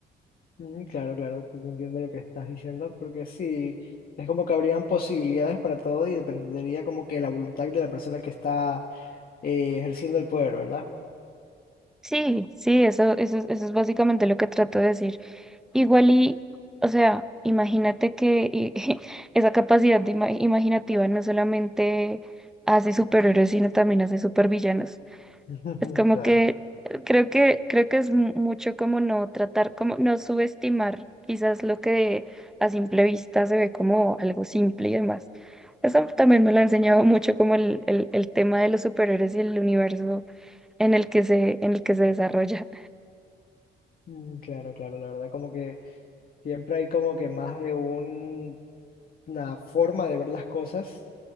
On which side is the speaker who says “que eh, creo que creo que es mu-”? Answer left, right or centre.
Centre